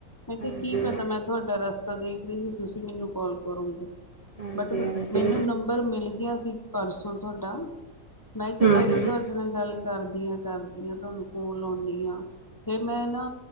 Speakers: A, on the left; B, on the right.
A: ਮੈਂ ਕਿਹਾ
B: ਹਾਂਜੀ
A: ਕੀ ਪਤਾ ਮੈਂ ਤੁਹਾਡਾ ਰਸਤਾ ਦੇਖ ਰਹੀ ਸੀ, ਤੁਸੀਂ ਮੈਨੂੰ ਕੋਲ ਕਰੋਂਗੇ।
B: ਹਾਂਜੀ
A: ਬਟ
B: ਹਾਂਜੀ
A: ਮੈਨੂੰ ਨੰਬਰ ਮਿਲ ਗਿਆ ਸੀ, ਪਰਸੋਂ ਤੁਹਾਡਾ ਮੈਂ ਕਿਹਾ
B: ਹੂੰ
A: ਚਲੋ,
B: ਹੂੰ
A: ਤੁਹਾਡਾ ਜਦ ਨਾਲ ਗੱਲ ਕਰਦੀਆਂ ਕਰਦੀਆਂ ਤੁਹਾਨੂੰ ਫੋਨ ਲਾਉਂਦੀ ਹਾਂ, ਫਿਰ ਮੈਂ ਨਾ